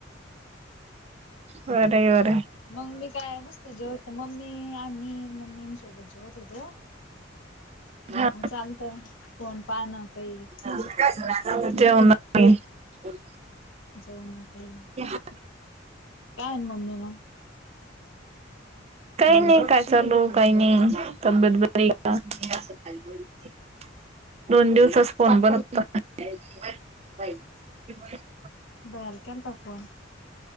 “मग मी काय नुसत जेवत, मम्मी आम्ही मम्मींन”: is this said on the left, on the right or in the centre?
Left